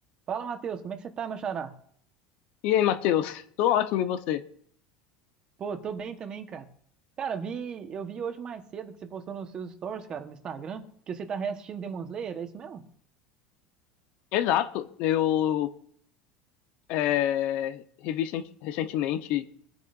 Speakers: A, on the right; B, on the left.
A: Fala, Matheus, como é que você tá, meu xará?
B: E aí, Matheus? Tô ótimo, e você?
A: Pô, tô bem também, cara. Cara, vi, eu vi hoje mais cedo que você postou nos seus stories, cara, no Instagram, que você tá reassistindo Demon Slayer, é isso mesmo?
B: Exato, eu é, revi recent- recentemente